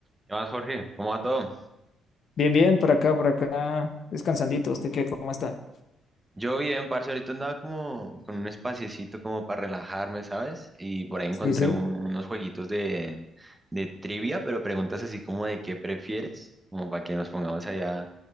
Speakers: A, on the right; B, on the left.
A: ¿Qué más, Jorge? ¿Cómo va todo?
B: Bien, bien, por acá, por acá, descansandito. ¿Usted qué? ¿Cómo está?
A: Yo bien, parce, ahorita andaba como con un espaciecito como para relajarme, ¿sabes? Y por ahí encontré
B: Sí, sí.
A: un- unos jueguitos de, de trivia, pero preguntas así como de qué prefieres, como para que nos pongamos allá